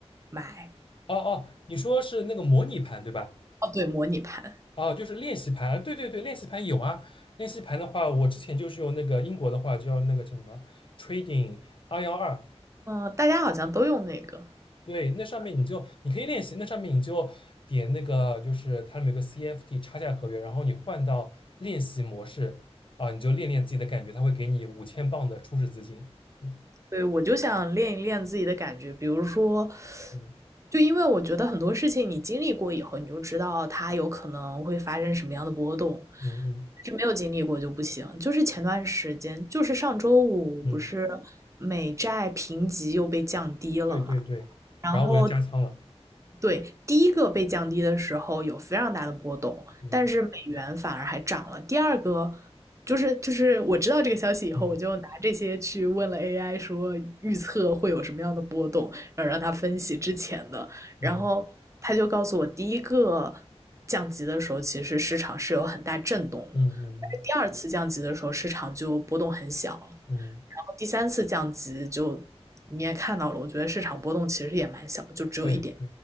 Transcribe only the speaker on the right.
买，
哦，对，模拟盘，
嗯，大家好像都用那个，
对，我就想练一练自己的感觉，比如说，
就因为我觉得很多事情你经历过以后，你就知道它有可能会发生什么样的波动，
是没有经历过就不行。就是前段时间，就是上周五不是
美债评级又被降低了嘛，
然后
对，第一个被降低的时候有非常大的波动，
但是美元反而还涨了。第二个就是就是我知道这个消息以后，
我就拿这些去问了 AI，说预测会有什么样的波动，然后让他分析之前的，然后他就告诉我，
第一个降级的时候，其实市场是有很大震动的，
但是第二次降级的时候，市场就波动很小了，然
后第三次降级就你也看到了，我觉得市场波动其实也蛮小，就只有一点。